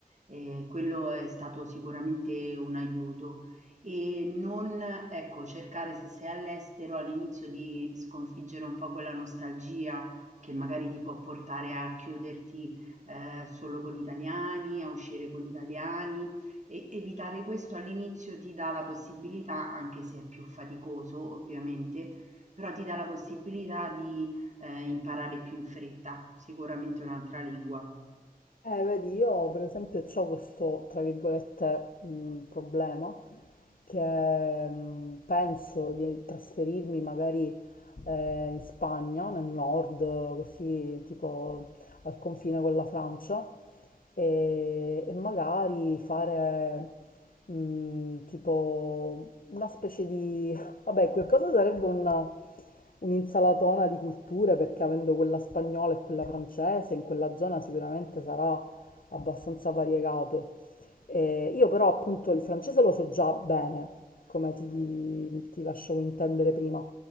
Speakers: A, on the right; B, on the left.
A: e quello è stato sicuramente un aiuto. E non, ecco, cercare se sei all'estero all'inizio di sconfiggere un po' quella nostalgia che magari ti può portare a chiuderti eh, solo con italiani, a uscire con italiani e evitare questo all'inizio ti dà la possibilità, anche se è più faticoso ovviamente, però ti dà la possibilità di eh, imparare più in fretta, sicuramente un'altra lingua.
B: Eh, vedi, io per esempio ho questo, tra virgolette, mh, problema che mh, penso di trasferirmi magari eh, in Spagna, nel nord, così tipo al confine con la Francia, e, e magari fare mh, tipo una specie di Vabbè, quel cosa sarebbe una- un'insalatona di culture perché avendo quella spagnola e quella francese, in quella zona sicuramente sarà abbastanza variegato. Eh, io però appunto il francese lo so già bene, come ti, ti lasciavo intendere prima.